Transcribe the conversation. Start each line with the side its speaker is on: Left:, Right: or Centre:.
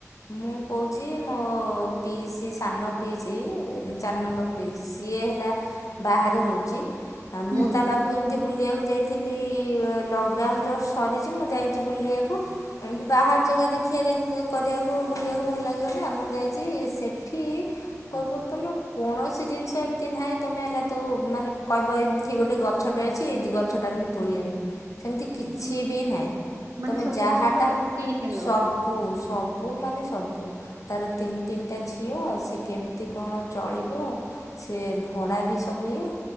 Left: ମୁଁ କୋଉଚି ମୋ ପିଇସି ସାନ ପିଇସି ଚାର ନମ୍ବର ଇସି ସିଏ ହେଲା ବାହାରେ ରହୁଚି ମୁଁ
Right: ହୁଁ
Left: ତା ପାଖ ମୁୁ ଏମିତି ବୁଲିବାକୁ ଯାଇଥିଲି ଲକଡାଉନ ଜଷ୍ଟ ସରିଚି ମୁଁ ଯାଇଚି ବୁଲିଆକୁ। ଏମତି ବାହାର ଜାଗା ଦେଖିଆ ଦେଖି କରିଆକୁ ବୁଲିଆକୁ ଭଲ ଲା ଗିଅ ନା ମୁଁ ଯାଇଛି ସେଠି କହିବୁ ତୁମ କୌଣସି ଜିନିଷ ଏମିତି ନାହିଁ ତୁମେ ହେଲା ତ ମାନେ କହିବ ଏ ଏଠି ଗୋଟେ ଗଛଟେ ଅଛି ଏଇ ଗଛଟାରେ ମୁଁ ତୋଳି ଆଣିବି। ସେମିତି କିଛି
Right: ହଁ
Left: ବି ନାହିଁ
Right: ମାନେ
Left: ତମେ
Right: ସବୁ
Left: ଯାହାଟା
Right: ଜିନିଷ କିଣିକି ଆଣିବ
Left: ସବୁ ସବୁ ସବୁ ମାନେ ସବୁ ତାର ତିନ ତିନଟା ଝିଅ ସେ କେମତି କଣ ଚଳିବ। ସେ ଭଡ଼ା ବି ସବୁ ଇଏ।